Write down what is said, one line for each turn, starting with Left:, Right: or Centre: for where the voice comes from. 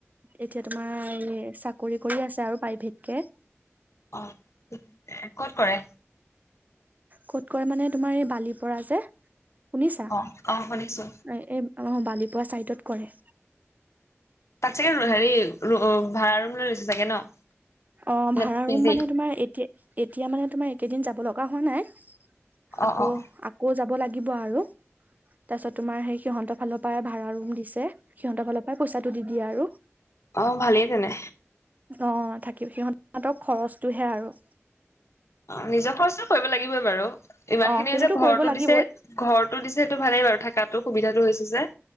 Right: এতিয়া তোমাৰ এই চাকৰি কৰি আছে আৰু প্ৰাইভেট কে।
Left: অ' ঠিক আছে, ক'ত কৰে।
Right: ক'ত কৰে মানে তোমাৰ এই বালিৰ পৰা যে শুনিছা অ
Left: অ', শুনিছো।
Right: এই বালিপৰা চাইডত কৰে।
Left: তাত চাগে হেৰি অ ভাড়া ৰুম লৈ আছে চাগে ন।
Right: অ' ভাড়া
Left: নে পি
Right: ৰুম
Left: জি?
Right: মানে তোমাৰ এতিয়া, এতিয়া মানে তোমাৰ এইকেদিন যাব লগা হোৱা নাই।
Left: অ',
Right: আকৌ'
Left: অ',
Right: আক আকৌ যাব লাগিব আৰু তাৰ পিছত তোমাৰ সেই সিহতৰ ফালৰ পৰা ভাড়া ৰুম দি ছে সিহঁতৰ ফালৰ পৰা পইচাটো দি দিয়ে আৰু।
Left: অ ভালেই তেনে।
Right: অ' থাকিব সিহঁত তহতৰ খৰচটোহে আৰু।
Left: নিজৰ খৰচো কৰিব লাগিবই বাৰু ইমান
Right: অ
Left: খিনিয়ে
Right: সেইটোতো
Left: যে
Right: কৰিব
Left: ঘৰটো
Right: লাগিবই
Left: দিছে। ঘৰটো দিছে সেইটো ভালেই বাৰু থাকাতো সুবিধাটো হৈছে যে।